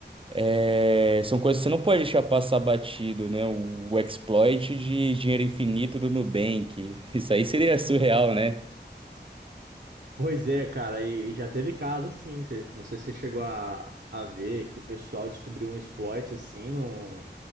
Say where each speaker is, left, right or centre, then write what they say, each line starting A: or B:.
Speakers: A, on the right; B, on the right.
A: é, são coisas que você não pode deixar passar batido, né? O, o exploit de dinheiro infinito do Nubank. <laughs> Isso aí seria surreal, né?
B: Pois é, cara, e, e já teve caso assim, cê- não sei se você chegou a, a ver que o pessoal descobriu um exploit assim num,